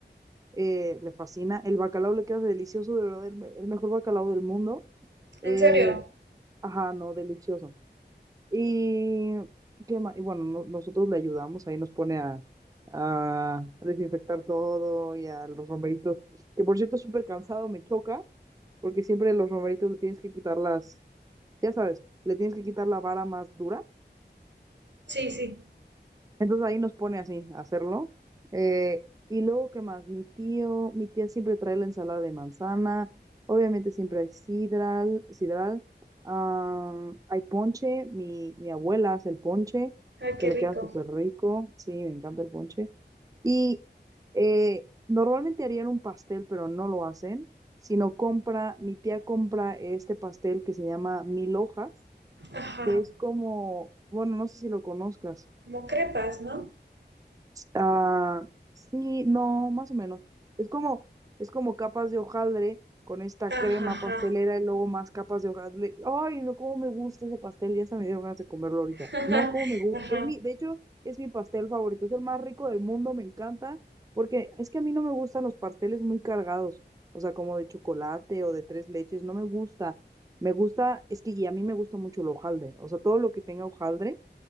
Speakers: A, on the right (about 20°); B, on the right (about 75°).
A: eh, le fascina. El bacalao le queda delicioso, de verdad, el, me- el mejor bacalao del mundo. Eh,
B: ¿En serio?
A: ajá, no, delicioso. Y, ¿qué más? Y bueno, no- nosotros le ayudamos, ahí nos pone a, a desinfectar todo y a los romeritos, que por cierto es súper cansado, me choca, porque siempre los romeritos le tienes que quitar las, ya sabes, le tienes que quitar la vara más dura
B: Sí, sí.
A: Entonces ahí nos pone así a hacerlo. Eh, y luego, ¿qué más? Mi tío, mi tía siempre trae la ensalada de manzana. Obviamente siempre hay sidral, sidral. ah, hay ponche. Mi, mi abuela hace el ponche,
B: Ay, qué
A: que le
B: rico.
A: queda súper rico. Sí, me encanta el ponche. Y eh, normalmente harían un pastel, pero no lo hacen, sino compra, mi tía compra este pastel que se llama Mil Hojas,
B: Ajá.
A: que es como, bueno, no sé si lo conozcas.
B: Como crepas, ¿no?
A: Ah, sí, no, más o menos. Es como, es como capas de hojaldre con esta
B: Ajá,
A: crema
B: ajá.
A: pastelera y luego más capas de hojaldre. Ay, no, cómo me gusta ese pastel. Ya se me dieron ganas de comerlo ahorita.
B: <laughs>
A: No, cómo me gusta.
B: Ajá.
A: Es mi, de hecho, es mi pastel favorito. Es el más rico del mundo, me encanta. Porque es que a mí no me gustan los pasteles muy cargados. O sea, como de chocolate o de tres leches. No me gusta. Me gusta, es que y a mí me gusta mucho el hojaldre. O sea, todo lo que tenga hojaldre